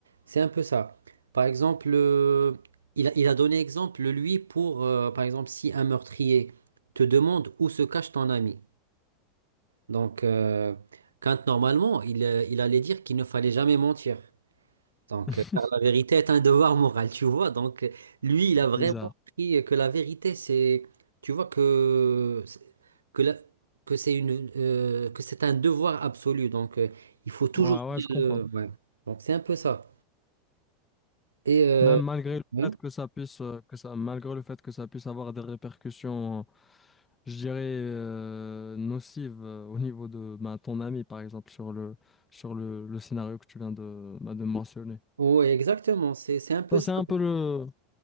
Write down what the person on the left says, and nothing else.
<laughs>
Bizarre.
Ouais,
ouais, je comprends.
Même malgré le
fait que ça puisse, euh, que ça, malgré le fait que ça puisse avoir des répercussions, je dirais, euh, nocives euh, au niveau de ben, ton ami, par exemple, sur le, sur le, le scénario que tu viens de, ben, de mentionner.
Ça,
c'est un peu le.